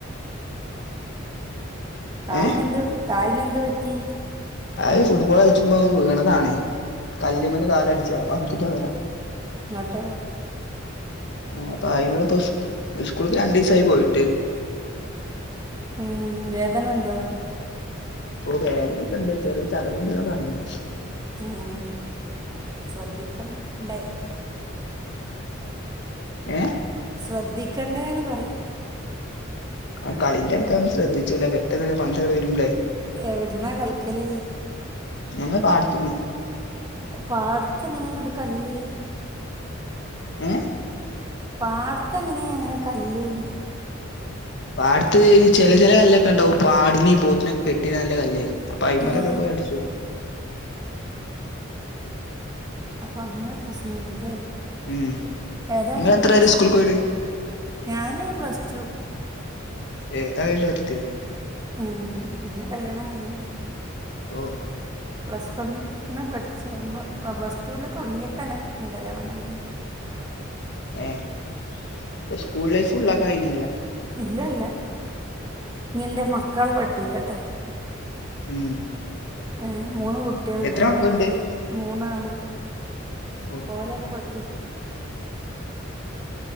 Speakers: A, on the right (about 20°); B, on the left (about 60°).
A: കാല്നെന്ത്
B: ഏഹ്
A: കാൽനെന്ത് ന്ത്പറ്റി
B: ആഅ് ഫുട്ബോള്കള്ച്ചുമ്പോ വീണതാണ് കല്ല്മ്മല്കാലട്ച്ചതാ പന്തിൻ്റെ പകരം
A: ന്നട്ടോ
B: ആ പ്പംഅയ്നോട്പ്പം സ്ക്കൂൾ സ്കൂൾക്ക് രണ്ടീസായി പോയിട്ട്
A: ഉം വേദന ഉണ്ടോ
B: പോ വേദനെക്കണ്ട് ചെറിയെചതവ് ണ്ട്ന്നാ പറഞ്ഞെ
A: മം ശ്രദ്ധിക്കണം ണ്ടെ
B: ഏ
A: ശ്രദ്ധിക്കണ്ടേന്ന്പറയാ
B: ആകളിൻ്റെട്ക്കഅ്ന്നും ശ്രദ്ധിച്ചൂല പെട്ടെന്ന് പന്ത്ങ്ങട്ട് വരുമ്പളെ
A: എവ്ട്ന്നാകളിക്കല്
B: ഞങ്ങൾ പാട്ത്ത്ന്ന്
A: അ പാട്ത്തെങ്ങനെണ്ത് കല്ല്
B: ഏ
A: പാട്ത്തെങ്ങനെ അങ്ങനെയാ കല്ല്ന്ന്
B: പാട്ത് ത്ത് ചെല ചെല കല്ലൊക്കെണ്ടാകും ആടിനിം പോത്തിനീം കെട്ടിടാല്ലെകല്ലെ അപ്പം അയ്മേലൊക്കെ
A: ആ
B: പോയി അടിച്ചു
A: അപ്പം അങ്ങനെ പ്രശ്നംണ്ട്ല്ലേ
B: ഉം
A: ഏതായാലും
B: നിങ്ങൾ
A: ഒക്കെ
B: എത്ര വരെ
A: <unintelligible>
B: സ്കൂൾക്ക് പോയിണ്
A: ഞാന് പ്ലസ്ടു
B: <unintelligible>
A: ഉം പിന്നെ കല്യാണം കഴിഞ്ഞില്ലേ?
B: ഓ
A: പ്ലസ് വൺ. ഇന്ന് പഠിച്ചുമ്പോ പ്ലസ് റ്റുവിൽ തുടങ്ങിയപ്പനെ എന്ന കല്യാണം കഴഞ്ഞണ്.
B: ഏഹ് ഇപ്പ സ്കൂൾ ലൈഫ് ഫുൾ ആക്കാൻ കഴിഞ്ഞില്ല.
A: ഇല്ല ഇല്ല ഇനി ഇൻന്റെ മക്കളെ പഠിപ്പിക്കട്ടെ.
B: ഉം.
A: ഏഹ്. മൂന്ന് കുട്ടിളുണ്ട്
B: എത്ര മക്കളുണ്ട്
A: ഓലെ മൂന്നാള്
B: ഓ
A: പോലെയൊക്കെ പഠിപ്പി